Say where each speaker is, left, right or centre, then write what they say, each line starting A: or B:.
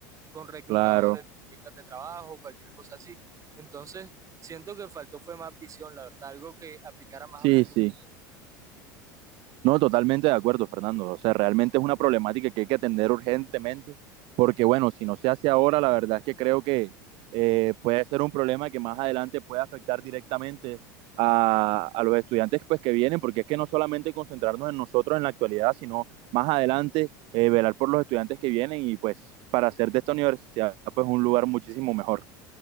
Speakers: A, on the right; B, on the right.
A: con reclutadores,
B: Claro.
A: entrevistas de trabajo, cualquier cosa así. Entonces, siento que faltó fue más visión, la verdad, algo que aplicara más
B: Sí,
A: a futuro.
B: sí. No, totalmente de acuerdo, Fernando. O sea, realmente es una problemática que hay que atender urgentemente, porque bueno, si no se hace ahora, la verdad es que creo que eh, puede ser un problema que más adelante puede afectar directamente a, a los estudiantes pues, que vienen, porque es que no solamente concentrarnos en nosotros en la actualidad, sino más adelante eh, velar por los estudiantes que vienen y pues para hacer de esta universidad pues un lugar muchísimo mejor.